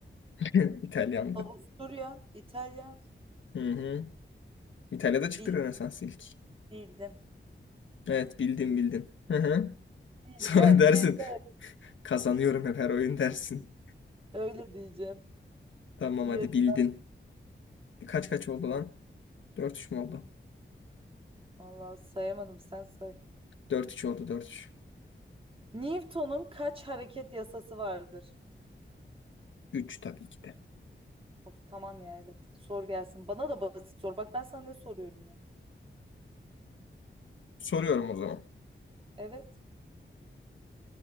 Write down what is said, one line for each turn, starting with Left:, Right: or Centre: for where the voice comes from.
Left: <laughs> İtalyandı.
Right: Avusturya, İtalya.
Left: Hı hı. İtalya'da
Right: Bil-
Left: çıktı Rönesans ilk.
Right: Bildim.
Left: Evet bildin bildin. Hı hı. <laughs>
Right: Bildim,
Left: Sonra dersin
Right: bildim.
Left: kazanıyorum hep her oyun dersin.
Right: Öyle diyeceğim.
Left: Tamam
Right: İyi
Left: hadi
Right: hadi.
Left: bildin. Kaç kaç oldu lan? Dört üç mü oldu?
Right: Vallahi sayamadım sen say.
Left: Dört üç oldu Dört üç.
Right: Newton'un kaç hareket yasası vardır?
Left: Üç tabii ki de.
Right: Of tamam ya evet. Sor gelsin. Bana da basit sor. Bak ben sana ne soruyorum ya.
Left: Soruyorum o zaman.
Right: Evet.